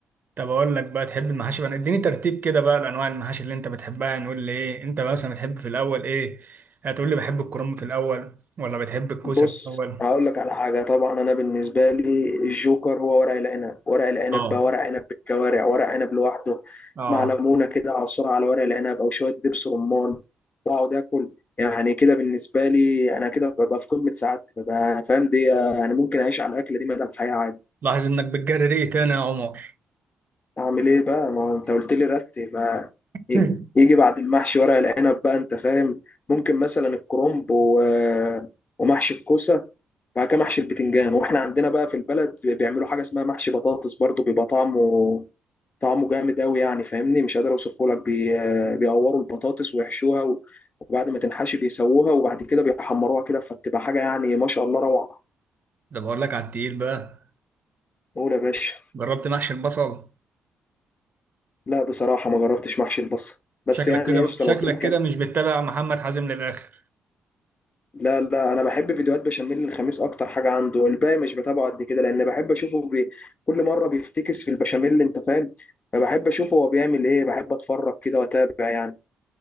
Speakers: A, on the right; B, on the left.
A: طب اقول لك بقى تحب المحاشي بقى اديني ترتيب كده بقى لانواع المحاشي اللي انت بتحبها نقول لي ايه انت مثلا بتحب في الاول ايه هتقول لي بحب الكرنب في الاول ولا بتحب الكوسه
B: بص
A: في الاول
B: هقول لك على حاجة طبعا أنا بالنسبة لي الجوكر هو ورق العنب ورق العنب
A: اه
B: بقى ورق عنب بالكوارع ورق عنب لوحده
A: اه
B: مع ليمونة كده أعصر على ورق العنب أو شوية دبس رمان وأقعد آكل يعني كده بالنسبة لي أنا كده ببقى في قمة سعادتي ببقى فاهم دي يعني ممكن أعيش على الأكل دي مدى الحياة عادي
A: لاحظ انك بتجري ريقي تاني يا عمر
B: أعمل إيه بقى ما هو أنت قلت لي رتب بقى يجي
A: <laughs>
B: يجي بعد المحشي ورق العنب بقى أنت فاهم ممكن مثلا الكرنب و... ومحشي الكوسة بعد كده محشي البتنجان واحنا عندنا بقى في البلد بيعملوا حاجه اسمها محشي بطاطس برضو بيبقى طعمه طعمه جامد قوي يعني فاهمني مش قادر اوصفه لك بي... بيقوروا البطاطس ويحشوها و... وبعد ما تنحشي بيسووها وبعد كده بيحمروها كده فبتبقى حاجه يعني ما شاء الله روعه
A: ده بقول لك على التقيل بقى
B: قول يا باشا
A: جربت محشي البصل
B: لا بصراحه ما جربتش محشي البصل بس
A: شكلك
B: يعني
A: كده
B: قشطه
A: شكلك
B: لو في امكانيه
A: كده مش بتتابع محمد حازم للاخر
B: لا لا انا بحب فيديوهات بشاميل الخميس اكتر حاجه عنده الباقي مش بتابعه قد كده لان بحب اشوفه بي... كل مره بيفتكس في البشاميل انت فاهم فبحب اشوفه هو بيعمل ايه بحب اتفرج كده واتابع يعني